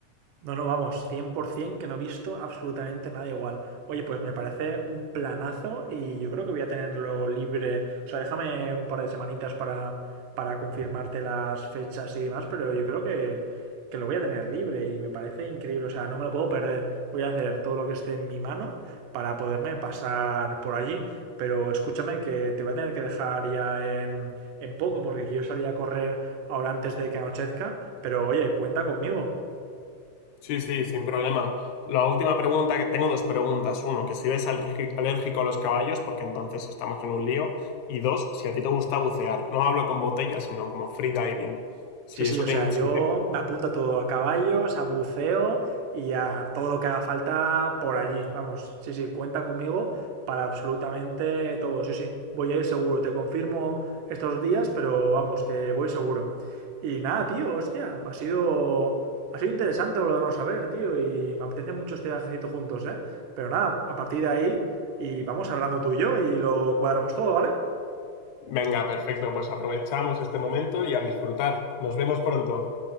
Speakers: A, on the right; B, on the left.
A: No, no, vamos, 100% que no he visto absolutamente nada igual. Oye, pues me parece un planazo y yo creo que voy a tenerlo libre. O sea, déjame un par de semanitas para, para confirmarte las fechas y demás, pero yo creo que, que lo voy a tener libre y me parece increíble. O sea, no me lo puedo perder. Voy a hacer todo lo que esté en mi mano para poderme pasar por allí. Pero escúchame que te voy a tener que dejar ya en, en poco porque quiero salir a correr ahora antes de que anochezca. Pero oye, cuenta conmigo.
B: Sí, sí, sin problema. La última pregunta, que tengo dos preguntas. Uno, que si eres alergi- alérgico a los caballos, porque entonces estamos en un lío. Y dos, si a ti te gusta bucear. No hablo con botellas, sino como freediving. Si
A: Sí, sí,
B: eso
A: o
B: te...
A: sea,
B: in-
A: yo
B: si te-
A: me apunto a todo, a caballos, a buceo y a todo lo que haga falta por allí. Vamos, sí, sí, cuenta conmigo para absolutamente todo, sí, sí. Voy a ir seguro, te confirmo estos días, pero vamos, que voy seguro. Y nada, tío, hostia, ha sido, ha sido interesante volvernos a ver, tío, y me apetece mucho este viajecito juntos, ¿eh? Pero nada, a partir de ahí, y vamos hablando tú y yo y lo cuadramos todo, ¿vale?
B: Venga, perfecto, pues aprovechamos este momento y a disfrutar. Nos vemos pronto.